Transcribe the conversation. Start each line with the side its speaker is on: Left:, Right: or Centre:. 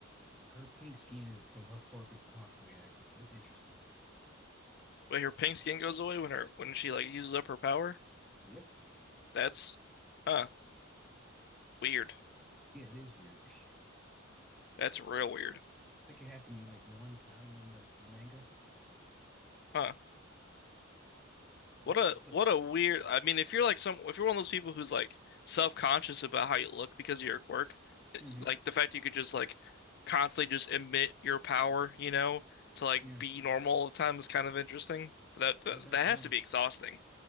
Centre: Like her pink skin is because her quirk is constantly active. That's interesting.
Left: But her pink skin goes away when her when she like uses up her power.
Centre: Yep.
Left: That's huh, weird.
Centre: Yeah, it is weird. <laughs> I
Left: That's real weird.
Centre: think it happened in like one panel in the manga,
Left: Huh.
Centre: but
Left: What
Centre: I would
Left: a
Centre: put.
Left: what a weird. I mean, if you're like some if you're one of those people who's like self-conscious about how you look because of your quirk, eh,
Centre: hmm
Left: like the fact you could just like constantly just emit your power, you know, to like
Centre: Yeah.
Left: be normal all the time is kind of interesting. But
Centre: But
Left: that
Centre: I
Left: uh,
Centre: don't
Left: that has
Centre: I don't
Left: to be exhausting.